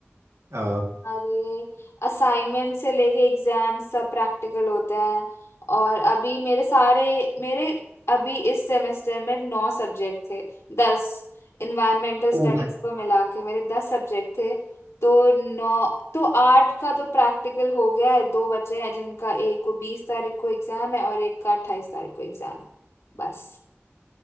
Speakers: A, on the right; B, on the left.
A: आ,
B: हमारे असाइनमेंट से लेके एग्जाम सब प्रैक्टिकल होते हैं और अभी मेरे सारे मेरे अभी इस सेमेस्टर में नौ सब्जेक्ट थे दस इन्वायरमेंटल स्टडीज
A: ओ भाई
B: को मिला के मेरे दस सब्जेक्ट थे तो नौ तो आठ का तो प्रैक्टिकल हो गया है दो बचे हैं जिनका एक को बीस तारीख को एग्जाम है और एक का अट्ठाईस तारीख को एग्जाम है बस